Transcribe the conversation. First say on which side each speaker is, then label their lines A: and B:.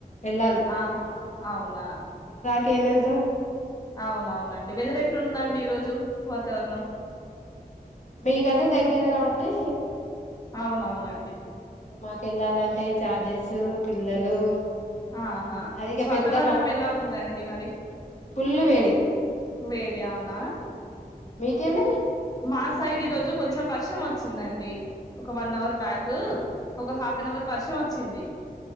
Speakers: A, on the left; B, on the left.
A: వెళ్ళాలి
B: ఆహా అవునా
A: కెమెల్తావ్
B: అవునవునండి వెదరెట్లుందాండి ఈ రోజు వాతావరణం
A: మీకంటే దగ్గర కాబట్టి
B: అవునవునండి
A: మాకెళ్ళాలంటే ఛార్జెసు పిల్లలు
B: ఆహా
A: అది ఇక
B: వాతావరణం
A: పెద్ద
B: ఎలా ఉందండి మరి
A: ఫుల్లు వేడి
B: వేడీ అవునా
A: మీకెళ్ళి
B: మాస్ సైడ్ ఈ రోజు కొంచెం వర్షం వచ్చిందండి ఒక వన్ అవర్ బ్యాకు ఒక హాఫ్ అన్ అవర్ వర్షం వచ్చింది